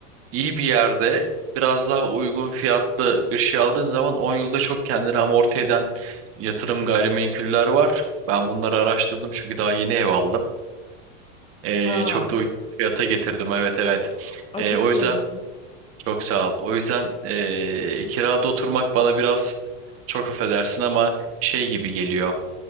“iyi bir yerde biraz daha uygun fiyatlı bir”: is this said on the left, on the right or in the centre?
Right